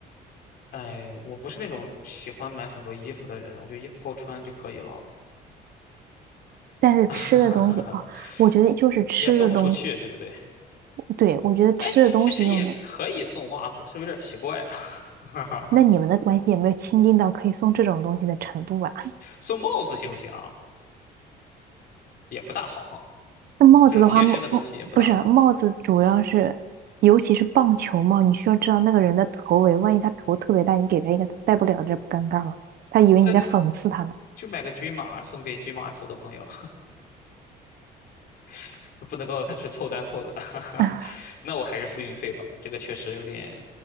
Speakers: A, on the left; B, on the right.
A: 哎，我不是那种喜欢买很多衣服的人，我觉得衣服够穿就可以了，
B: 但是吃的东西啊，
A: <laughs>
B: 我觉得就是吃的东西，
A: 也送不出去，对不对？
B: 对，我觉得吃的东西用的，
A: 哎，其实也可以送袜子，是不是有点奇怪啊？<laughs>
B: 那你们的关系有没有亲近到可以送这种东西的程度啊？
A: 送帽子行不行啊？也不大好哈，
B: 那帽子的话，
A: 这种贴身的东西也不大好。
B: 帽帽不是帽子，主要是尤其是棒球帽，你需要知道那个人的头围，万一他头特别大，你给他一个他戴不了，这不尴尬吗？他以为你在讽刺他呢，
A: 那就买个均码送给均码头的朋友，<laughs> 不能告诉他是凑单凑的，<laughs>
B: <laughs>
A: 那我还是付运费吧，这个确实有点，